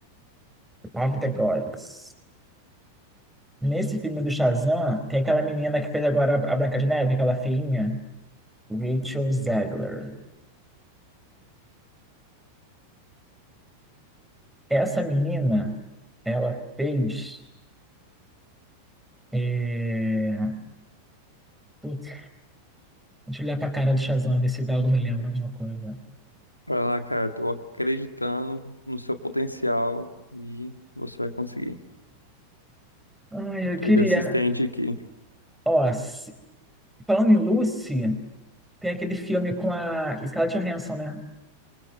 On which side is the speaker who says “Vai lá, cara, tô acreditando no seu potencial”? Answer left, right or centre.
Left